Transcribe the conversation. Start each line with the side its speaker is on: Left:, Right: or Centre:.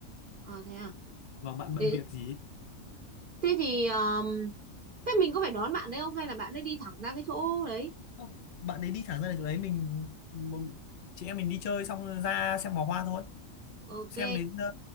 Right: ờ thế à
Left: và bạn bận
Right: Thế,
Left: việc gì ấy.
Right: thế thì um, thế mình có phải đón bạn đấy không hay là bạn ấy đi thẳng ra cái chỗ đấy?
Left: Không, bạn ấy đi thẳng ra là chỗ đấy mình bọn- chị em mình đi chơi xong ra xem pháo hoa thôi
Right: Ok.
Left: xem đến ờ,